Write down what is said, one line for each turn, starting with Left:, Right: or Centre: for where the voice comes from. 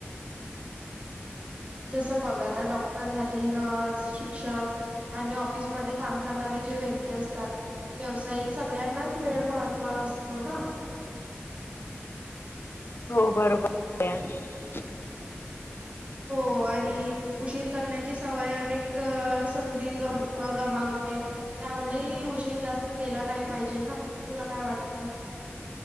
Right: जसं बघ आता डॉक्टर झाली, नर्स, शिक्षक आणि ऑफिसमध्ये काम करणारे जे व्यक्त ते असतात व्यावसायिक सगळ्यांनाच वेड महत्त्व असतो ना
Left: हो बरोबर <unintelligible>
Right: हो आणि उशीर करण्याची सवय अनेक अ संधी ग गमावते. त्यामुडेही उशीर जास्त केला नाही पाहिजे ना तुला काय वाटतं?